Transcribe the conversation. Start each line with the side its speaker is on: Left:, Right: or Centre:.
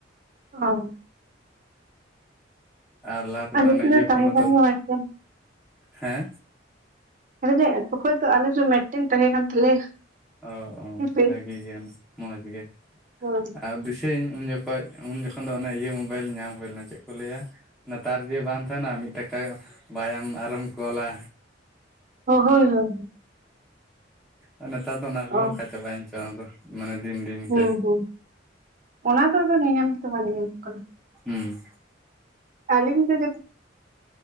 Right: ᱚ
Centre: ᱟᱨ ᱞᱟᱦᱟ ᱛᱮᱫᱚ
Right: ᱟᱞᱮ
Centre: ᱦᱟᱱᱮ
Right: ᱥᱮᱫ
Centre: ᱤᱭᱟᱹ
Right: ᱫᱚ ᱛᱟᱦᱮᱸ
Centre: ᱯᱷᱳᱱ ᱦᱚᱸᱛᱚ,
Right: ᱠᱟᱱ ᱜᱮᱭᱟ ᱢᱤᱫᱴᱮᱱ
Centre: ᱦᱮᱸ
Right: ᱟᱞᱮ ᱴᱷᱮᱡ, ᱛᱚᱠᱷᱚᱱ ᱫᱚ ᱟᱞᱮ ᱴᱷᱮᱡ ᱢᱮᱫᱴᱮᱱ ᱛᱟᱦᱮᱸ ᱠᱟᱱ ᱛᱟᱞᱮᱭᱟ᱾
Centre: ᱚ ᱚ
Right: ᱠᱤᱯᱮᱰ
Centre: ᱵᱷᱟᱜᱤ ᱜᱮᱭᱟ ᱢᱟ ᱢᱚᱸᱡᱽ ᱜᱮ
Right: ᱦᱳᱭ
Centre: ᱟᱨ᱾ ᱴᱮᱧ ᱩᱱ ᱡᱚᱠᱷᱚᱡ ᱩᱱ ᱡᱚᱠᱷᱚᱱ ᱫᱚ ᱚᱱᱮ ᱤᱭᱟᱹ ᱢᱳᱵᱟᱭᱤᱞ ᱧᱟᱢ ᱦᱩᱭ ᱞᱮᱱᱟ ᱪᱮᱫ ᱠᱚ ᱞᱟᱹᱭᱟ? ᱚᱱᱮ ᱛᱟᱨ ᱫᱤᱭᱮ ᱵᱟᱝ ᱛᱟᱦᱮᱱᱟ ᱢᱤᱫ ᱴᱟᱠᱟ ᱵᱟᱭᱟᱢ ᱟᱨᱮᱢ ᱠᱚᱞᱟ᱾
Right: ᱦᱳᱭ ᱦᱳᱭ᱾
Centre: ᱦᱮᱸ ᱱᱮᱛᱟᱨ ᱫᱚ ᱚᱱᱟ ᱠᱚᱦᱚᱸ
Right: ᱚ
Centre: ᱠᱟ ᱪᱟᱵᱟᱭᱮᱱ ᱪᱚ ᱟᱫᱚ? ᱢᱟᱱᱮ ᱫᱤᱱ ᱫᱤᱱ᱾
Right: ᱦᱩᱸ
Centre: ᱛᱮ
Right: ᱦᱩᱸ ᱚᱱᱟ ᱫᱚ ᱟᱫᱚ ᱧᱮᱧᱟᱢ ᱛᱮᱫᱚ ᱵᱟᱝ ᱧᱮᱧᱟᱢᱚᱜ ᱠᱟᱱᱟ᱾
Centre: ᱦᱩᱸ ᱾
Right: ᱟᱞᱤᱧ ᱫᱚ ᱟᱞ